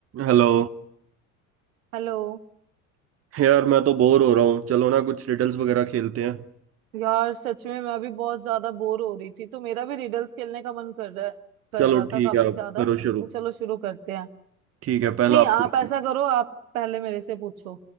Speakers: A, on the right (about 35°); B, on the right (about 70°).
A: Hello
B: हेलो
A: यार मैं तो बोर हो रहा हूँ चलो ना कुछ रिडल्स वगैरह खेलते हैं
B: यार सच में मैं अभी बहुत ज्यादा बोर हो रही थी तो मेरा भी रिडल्स खेलने का मन कर रहा है कर
A: चलो
B: रहा
A: ठीक
B: था काफी
A: है आप
B: ज्यादा
A: करो शुरू
B: तो चलो शुरू करते हैं
A: ठीक है पहला
B: नहीं
A: आप
B: आप
A: पूछो
B: ऐसा करो आप पहले मेरे से पूछो